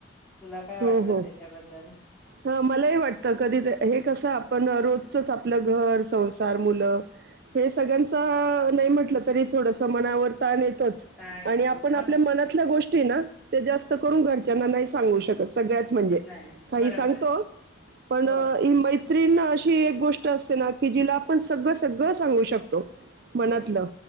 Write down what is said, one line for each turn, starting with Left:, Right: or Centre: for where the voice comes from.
Centre: तुला काय वाटतं
Right: हो हो
Centre: त्याच्याबद्दल
Right: ह मलाही वाटत कधी हे कसं आपण रोज चच आपलं घर, संसार, मुलं हे सगळ्यांच नाही म्हटलं तरी थोडसं मना वर ताण ये तोच,
Centre: ताण येतोच
Right: आणि आपण
Centre: हो
Right: आपल्या
Centre: ना
Right: मनातल्या गोष्टी ना ते जास्त करून घरच्यांना नाही सांगू शक सगळ्याच म्हणजे
Centre: नाही
Right: काही
Centre: बरोबर
Right: सांगतो पण
Centre: हो
Right: इमै त्रीण अशी एक गोष्ट असते ना की जीला आपण सगळं सगळं सांगू शक तो मनातलं.
Centre: हो